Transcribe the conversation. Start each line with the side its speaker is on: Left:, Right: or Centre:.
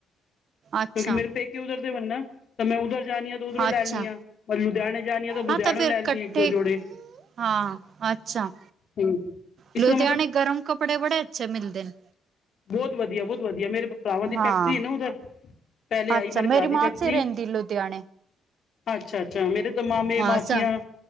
Right: ਅੱਛਾ
Left: ਕਿਉਂਕਿ ਮੇਰੇ ਪੇਕੇ ਉਧਰ ਦੇ ਵਣਨਾ। ਤਾਂ ਮੈਂ ਉੱਧਰ ਜਾਣੀ ਆ, ਤਾਂ ਉੱਧਰੋਂ ਲੈਣੀ
Right: ਅੱਛਾ
Left: ਆ, ਪਰ ਲੁਧਿਆਣੇ ਜਾਣੀ ਆ, ਤਾਂ ਲੁਧਿਆਣੇ
Right: ਹਾਂ ਫਿਰ
Left: ਲੈਣੀ
Right: ਕੱਠੇ
Left: ਆ, ਇੱਕ- ਦੋ ਜੋੜੇ।
Right: ਹਾਂ। ਅੱਛਾ,
Left: ਹਮ ਇਸ
Right: ਲੁਧਿਆਣੇ
Left: ਤਰ੍ਹਾਂ
Right: ਗਰਮ ਕੱਪੜੇ ਬੜੇ ਅੱਛੇ ਮਿਲਦੇ ਨੇ।
Left: ਬੋਤ ਵਧੀਆ, ਬਹੁਤ ਵਧੀਆ। ਮੇਰੇ ਭਰਾਵਾਂ ਦੀ
Right: ਹਾਂ
Left: ਫੈਕਟਰੀ ਹੈ ਨਾ, ਉਧਰ। ਪੇਲੇ ਆਈ
Right: ਅੱਛਾ
Left: ਮੇਰੇ
Right: ਮੇਰੀ
Left: ਭਰਾ ਦੀ
Right: ਮਾਂ
Left: ਫੈਕਟਰੀ
Right: ਉੱਥੇ ਰਹਿੰਦੀ ਲੁਧਿਆਣੇ
Left: ਅੱਛਾ-ਅੱਛ, ਮੇਰੇ ਦੋ ਮਾਮੇ,
Right: ਹਾਂ
Left: ਮਾਸੀਆਂ,
Right: ਅੱਛਾ